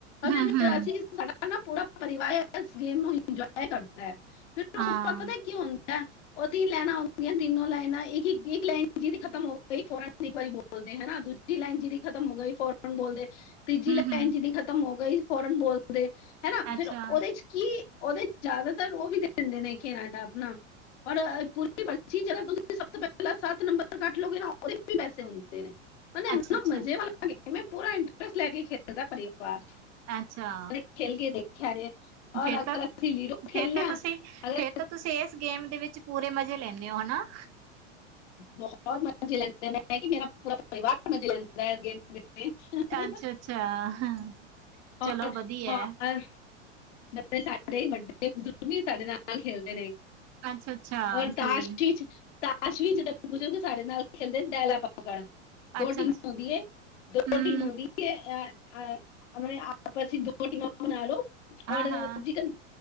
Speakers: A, on the left; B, on the right.
A: ਅਸੀ
B: ਹੂੰ-ਹੂੰ
A: ਫਿਰ ਅਂ ਅਸੀ ਕ ਸਾਡਾ ਨਾ ਪੂਰਾ ਪਰਿਵਾਰ ਐਸ ਗੇਮ ਨੂੰ ਇੰਜਵਾਏ ਕਰਦਾ ਐ ਫਿਰ
B: ਹਾਂ
A: ਓ ਤੇ ਤਵਾਨ ਪਤੈ ਕੀ ਹੋਂਦੈ ਓ ਤਿੰਨ ਲੈਨਾ ਔਂ ਜਿੰਦੀਆਂ ਤਿੰਨੋ ਲੈਨਾਂ, ਇੱਕ-ਇੱਕ, ਇੱਕ ਲੈਨ ਜਿਹਦੀ ਖਤਮ ਹੋ ਗਈ ਫੋਰਨ ਇੱਕ ਵਾਰੀ ਬੋਲਦੇ ਹੈਨਾ, ਦੂਜ ਜੀ ਲੈਨ ਜਿਹਦੀ ਖਤਮ ਹੋ ਗਈ ਫੋਰਨ ਬੋਲਦੇ ਤੀਜੀ
B: ਹੂੰ-ਹੂੰ
A: ਲੈਨ ਜਿਹਦੀ ਖ਼ਤਮ ਹੋ ਗਈ ਫੋਰਨ ਬੋਲਦੇ, ਹੈਨਾ,
B: ਅੱਛਾ
A: ਫਿਰ ਓਹਦੇ 'ਚ ਕੀ ਓਹਦੇ ਚ ਜਿਆਦਾਤਰ ਓਹ ਵੀ ਦੇ ਦੇਂਦੇ ਨੇ ਕੇ ਨਾਂ ਏਦਾ ਆਪਣਾ ਹੁਨ ਪੂ ਆਪਨੀ ਪਰਚੀ 'ਚ ਅਗਰ ਤੁਸੀਂ ਸਭ ਤੋਂ ਪਹਿਲਾਂ ਸੱਤ ਨੰਬਰ ਕੱਟ ਲਓਗੇ ਨਾ ਓਹਦੇ ਚ ਉਤਨੇ ਈ ਪੈਸੇ ਮਿਲਦੇ ਨੇ। ਮਲਬ ਐਨਾ
B: ਅੱਛਾ-ਅੱਛਾ
A: ਮਜ਼ੇ ਵਾਲਾ ਮੈਂ ਪੂਰਾ ਇੰਟਰਸਟ ਲੈ ਕੇ ਖੇਲਦੈ ਪਰਿਵਾਰ
B: ਅੱਛਾ
A: ਕਦੇ ਖੇਲ ਕੇ ਦੇਖਿਆਾ ਜੇ ਔਰ
B: ਫੇਰ
A: ਅਗਰ
B: ਤਾਂ-ਫੇਰ
A: ਅਸੀਂ ਲੀਡੋ ਖੇਲਦੇ
B: ਤਾਂ
A: ਹਾਂ
B: ਤੁਸੀਂ
A: ਅਗਰ
B: ਫੇਰ ਤਾਂ ਤੁਸੀਂ ਇਸ ਗੇਮ ਦੇ ਵਿੱਚ ਪੂਰੇ ਮਜੇ ਲੈਨੇ ਹੋ, ਹੈ ਨਾ
A: ਬਹੋਤ ਮਜੇ ਲੈਂਦੇ ਆਂ ਮੈਂ ਕੀ ਮੇਰਾ ਪੂਰਾ ਪਰਿਵਾਰ ਮਜੇ ਲੈਂਦਾ <unintelligible> ਗੇਮ ਖੇ
B: ਅੱਛਾ-ਅੱਛਾ ਹਾਂ। ਚਲੋ
A: ਹੋਰ
B: ਵਧੀਆ
A: ਹੋਰ ਮੈ ਕਿਆ ਸਾਡੇ ਵੱਡੇ ਬਜ਼ੁਰਗ ਵੀ ਸਾਡੇ ਨਾਲ-ਨਾਲ ਖੇਲਦੇ ਨੇ
B: ਅੱਛਾ-ਅੱਛਾ
A: ਹੋਰ
B: ਠੀਕ
A: ਤਾਸ਼ ਇੱਚ ਤਾਸ਼ ਅਸ਼ੀਸ਼ ਵੀ ਜਦ ਪੁੱਜੋਗੇ ਸਾਡੇ ਨਾਲ ਖੇਲਦੇ ਦੈਲਾ ਪਾਕੜ ਦੋ
B: ਅੱਛਾ-ਅੱਛਾ
A: ਟੀਮਾਂ ਹੁੰਦੀਏ ਦੋ
B: ਹੂੰ
A: ਟੀਮ ਹੁੰਦੀ ਏ ਆਪਨੇ ਆਪ ਤੇ ਅਸੀ ਦੋ ਦੋ ਟੀਮਾਂ ਬਨਾ ਲੋ
B: ਹਾਂ-ਹਾਂ
A: ਔਰ ਜਿਕਨ